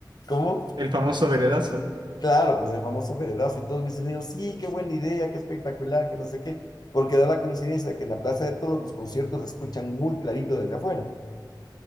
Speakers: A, on the left; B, on the right.
A: ¿cómo?
B: El famoso veredazo.
A: Claro, pues el famoso veredazo y todos mis amigos, sí, qué buena idea, qué espectacular, que no sé qué, porque da la coincidencia que en la Plaza de Todos los conciertos se escuchan muy clarito desde afuera.